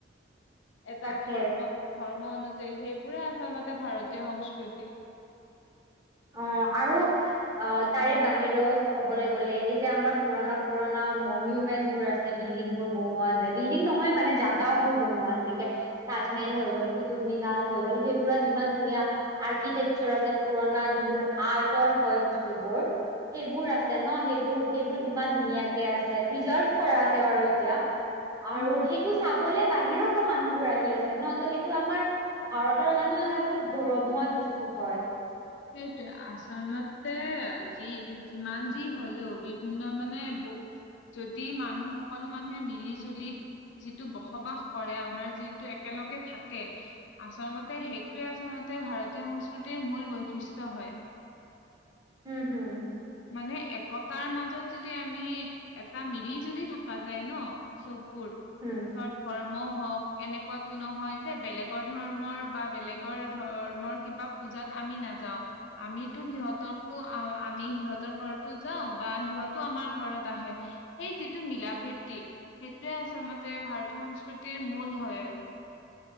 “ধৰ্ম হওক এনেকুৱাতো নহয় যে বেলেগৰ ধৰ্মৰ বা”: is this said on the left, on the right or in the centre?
Left